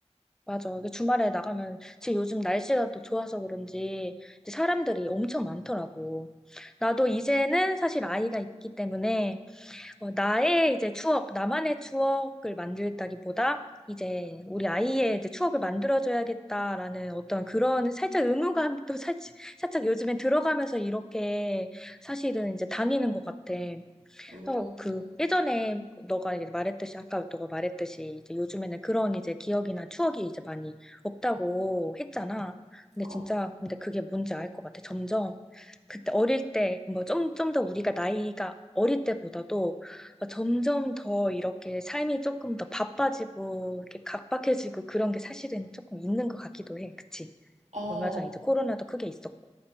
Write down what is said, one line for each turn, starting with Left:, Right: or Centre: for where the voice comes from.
Centre: 맞아. 이게 주말에 나가면, 지금 요즘 날씨가 또 좋아서 그런지, 이제 사람들이 엄청 많더라고. 나도 이제는 사실 아이가 있기 때문에, 어, 나의 이제 추억, 나만의 추억을 만들다기보다, 이제 우리 아이의 이제 추억을 만들어줘야겠다라는 어떤 그런 살짝 의무감도 <laughs> 살짝, 살짝 요즘에 들어가면서 이렇게 사실은 이제 다니는 것 같아.
Right: 음,
Centre: 어, 그 예전에 너가 이제 말했듯이 아까 너가 말했듯이 이제 요즘에는 그런 이제 기억이나 추억이 이제 많이 없다고 했잖아. 근데
Right: 어,
Centre: 진짜 근데 그게 뭔지 알 것 같아. 점점 그때 어릴 때 뭐 좀 좀 더 우리가 나이가 어릴 때보다도 어, 점점 더 이렇게 삶이 조금 더 바빠지고 이렇게 각박해지고 그런 게 사실은 조금 있는 것 같기도 해. 그치?
Right: 어,
Centre: 얼마 전에 이제 코로나도 크게 있었고.